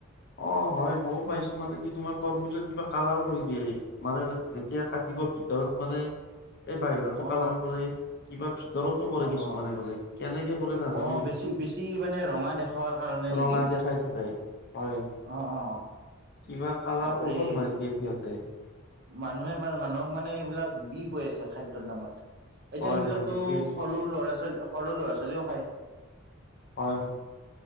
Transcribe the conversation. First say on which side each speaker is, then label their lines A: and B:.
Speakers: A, on the left; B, on the right.
A: অ হয় ময়ো পাইছো মানে কি তোমাৰ তৰমিজত কিবা কালাৰ কৰি দিয়ে মানে যেতিয়া কাটিব ভিতৰত মানে। এই বাহিৰতো
B: অ
A: কালাৰ কৰে। কিবা। ভিতো কৰে
B: অ
A: কিছুমানে,
B: হ
A: কোলে কেনেকে কৰে নাজানো
B: অ
A: কিন্তু
B: বেছি বেছি মানে ৰঙা দেখাৱাৰ কাৰণে নেকি
A: ৰঙা দেখাই থাকে। হয়,
B: অ অ
A: কিবা কালাৰ
B: বাপৰে
A: ঔষধ মাৰি দিয়ে সিহঁত। <unintelligible>
B: মানুহে মানে মানুহক মানে এইবিলাক বিষ হৈ আছে খাদ্যৰ নামত। এতিয়া
A: হয়
B: সেইবিলাকতো
A: হয় বিকেছে
B: সৰু ল'ৰা ছোৱালী সৰু ল'ৰা ছোৱালীও খায়।
A: হয় হয়